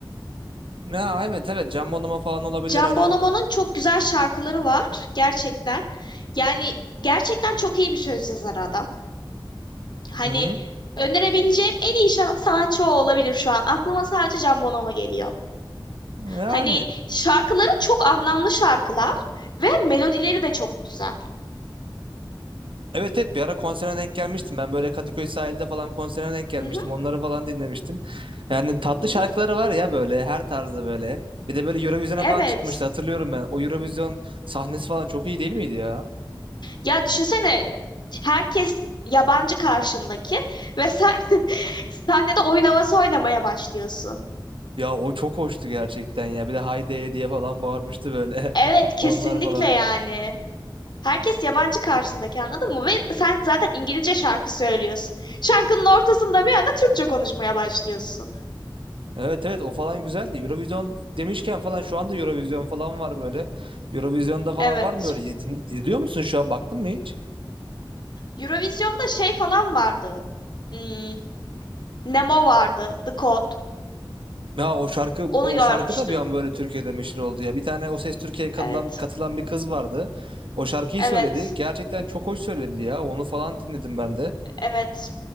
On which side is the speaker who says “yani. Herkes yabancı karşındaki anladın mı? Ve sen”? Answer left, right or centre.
Left